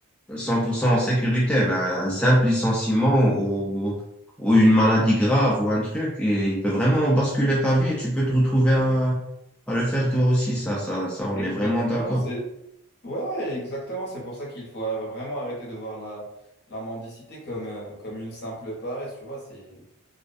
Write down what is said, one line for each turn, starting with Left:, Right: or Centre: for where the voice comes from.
Centre: 100% en sécurité. Ben, un simple licenciement ou, ou une maladie grave ou un truc, et il peut vraiment basculer ta vie et tu peux te retrouver à, à le faire toi aussi. Ça, ça, ça, on
Left: Exactement,
Centre: est vraiment d'accord.
Left: c'est... Ouais, ouais, exactement. C'est pour ça qu'il faut ar- vraiment arrêter de voir la, la mendicité comme, euh, comme une simple paresse, tu vois. C'est...